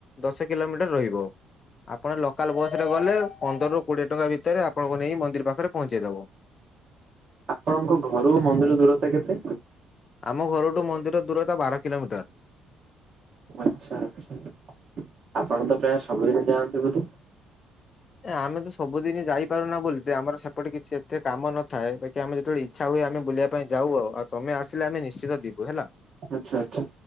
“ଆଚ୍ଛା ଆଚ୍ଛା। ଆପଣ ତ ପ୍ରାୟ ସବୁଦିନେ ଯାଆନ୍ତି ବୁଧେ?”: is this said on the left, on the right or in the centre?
Right